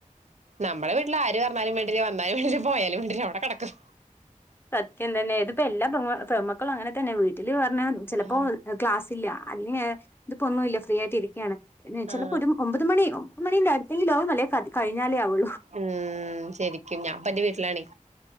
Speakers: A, on the right (about 55°); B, on the left (about 15°).
A: നമ്മടെ വീട്ടില് ആര് പറഞ്ഞാലും വേണ്ടില്ല വന്നാലും വേണ്ടില്ല പോയാലും വേണ്ടില്ല അവിടെ കെടക്കും
B: സത്യം തന്നെ ഇതിപ്പോ എല്ലാ പെൺമ പെണ്മക്കളും അങ്ങനെ തന്നെ വീ ല് പറഞ്ഞ ചെലപ്പോ
A: ആ
B: ക്ലാസ് ഇല്ല <unintelligible> ഇതിപ്പോഒന്നുംല്ല ഫ്രീ ആയിട്ട് ഇരിക്കാണ് നിചെലപ്പോ
A: ആ
B: ഒരു ഒമ്പത് മണി ഒമ്പത് മണിന്റെ അടുത്തെങ്കിലും ആവും അല്ലെങ്കി കതി കഴിഞ്ഞാലേ ആകു
A: ഉം ശരിക്കും ഞാപ്പന്റെ വീട്ടിലാണെ